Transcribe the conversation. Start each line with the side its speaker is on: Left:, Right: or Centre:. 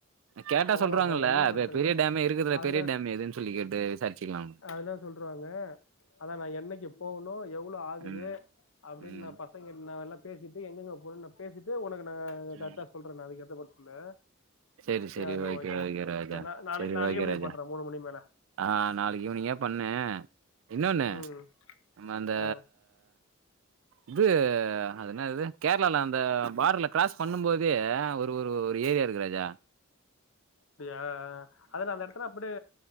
Right: கேட்டா
Left: போலாம்பா
Right: சொல்லறாங்கல்ல
Left: ஒன்னு பிரச்சன
Right: பெரிய
Left: இல்ல
Right: டேமே இருக்குதுல
Left: அதெல்லா
Right: பெரிய டேம் எதுன்னு சொல்லி கேட்டு விசாரிச்சிக்கலாம்
Left: அதெல்லா சொல்ருவாங்க அதான் நான் என்னைக்கு போகணு எவ்வளவு ஆகுது
Right: ம்
Left: அப்படின்னு
Right: ம்
Left: நா பசங்கல்லா நாங்களா பேசிட்டு எங்கங்க போனு பேசிட்டு உனக்கு ங்க கரெடா
Right: ம்
Left: சொல்றேன்ன அதுக்குேத்த போ சொல்லு
Right: சரி
Left: சேரிண்ணா
Right: சரி ஓகே
Left: ஓகேண்ணா
Right: ஓகே ராஜா
Left: சேரிண்ணா நாளை
Right: சரி
Left: நாளை
Right: ஓகே
Left: ஈவினிங்
Right: ராஜா
Left: பண்றே மூணு மணி மேல
Right: ஆ நாளைக்கு ஈவினிங்க பன் ன்னு இன்னொன்னு
Left: ம்
Right: நம்ம அந்த
Left: ஆ
Right: இது அ என்ன இது கேரளால அந்த பார்டர்ல கிராஸ் பண்ணும் போதே ஒரு ஒரு ஒரு ஏரியா இருக்குிறாஜா
Left: ஆ ஆ அதனால அந்த இடத்து அப்படிய